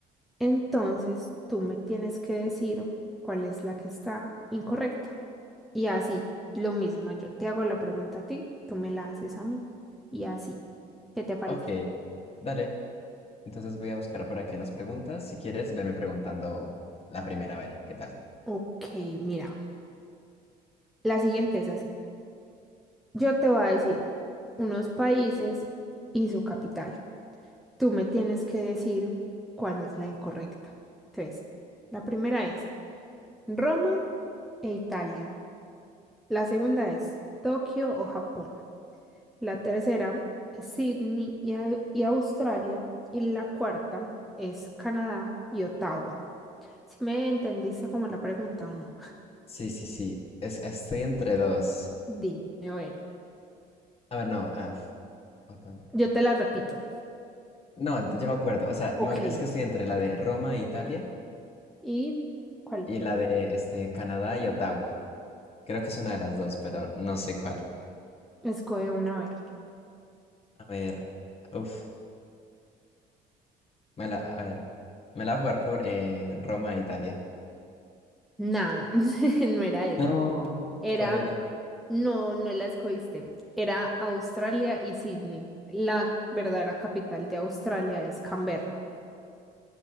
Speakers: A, in the centre; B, on the left.
A: Entonces, tú me tienes que decir cuál es la que está incorrecta. Y así, lo mismo, yo te hago la pregunta a ti, tú me la haces a mí y así. ¿Qué te parece?
B: Ok, dale. Entonces voy a buscar por aquí unas preguntas. Si quieres, veme preguntando la primera, a ver, ¿qué tal?
A: Ok, mira. La siguiente es así. Yo te voy a decir unos países y su capital. Tú me tienes que decir cuál es la incorrecta. Entonces, la primera es Roma e Italia. La segunda es Tokio o Japón. La tercera es Sydney y, Au- y Australia. Y la cuarta es Canadá y Ottawa. Si me entendiste como la pregunta o no.
B: Sí, sí, sí. Es, estoy entre dos.
A: Dime, a ver,
B: A ver, no. ah, uf, otra-
A: yo te la repito.
B: No, ya me acuerdo. O sea,
A: Ok.
B: me- es que estoy entre la de Roma e Italia
A: ¿Y cuál?
B: y la de este, Canadá y Ottawa. Creo que es una de las dos, pero no sé cuál.
A: Escoge una, a ver.
B: A ver. Uf. Me la, a ver. Me la voy a jugar por eh, Roma e Italia.
A: Nada, <laughs> no era esa.
B: No,
A: Era,
B: ¿cuál era?
A: no, no la escogiste. Era Australia y Sydney. La verdadera capital de Australia es Canberra.